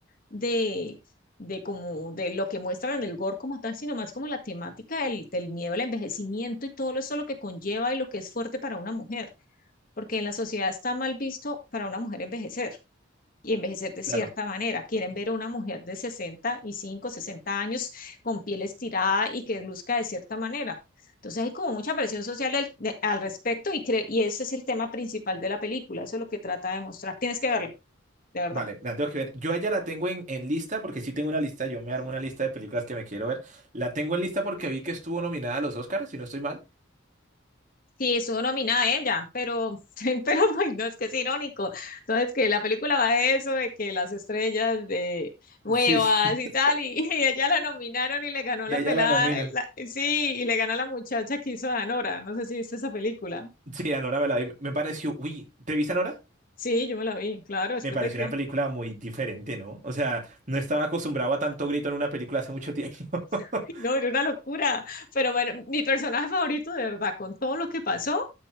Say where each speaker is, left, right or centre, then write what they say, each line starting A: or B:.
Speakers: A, on the left; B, on the right.
A: de, de como de lo que muestran en el gore como tal, sino más como la temática del, del miedo al envejecimiento y todo eso lo que conlleva y lo que es fuerte para una mujer, porque en la sociedad está mal visto para una mujer envejecer. Y envejecer de cierta
B: Claro.
A: manera. Quieren ver a una mujer de 65 60 años con piel estirada y que luzca de cierta manera. Entonces hay como mucha presión social al, de- al respecto y, cre- y ese es el tema principal de la película, eso es lo que trata de mostrar. Tienes que verlo, de verdad.
B: Vale, me la tengo que ver. Yo a ella la tengo en, en lista porque sí tengo una lista. Yo me armo una lista de películas que me quiero ver. La tengo en lista porque vi que estuvo nominada a los Oscars, si no estoy mal.
A: Sí, estuvo nominada ella, pero, <laughs> pero ay, no, es que es irónico. Entonces, que la película va de eso, de que las estrellas de nuevas
B: Sí, sí.
A: y
B: <laughs>
A: tal, y, <laughs> y ella la nominaron y le ganó
B: Y
A: la
B: a ella
A: pelada,
B: la nominan.
A: eh, la- sí, y le gana la muchacha que hizo de Anora. No sé si viste esa película.
B: Sí, Anora me la vi. Me pareció, uy, ¿te viste Anora?
A: Sí, yo me la vi, claro, después
B: Me pareció
A: de que,
B: una película muy diferente, ¿no? O sea, no estaba acostumbrado a tanto grito en una película hace mucho tiempo.
A: <laughs>
B: <laughs>
A: no, era una locura. Pero bueno, mi personaje favorito, de verdad, con todo lo que pasó,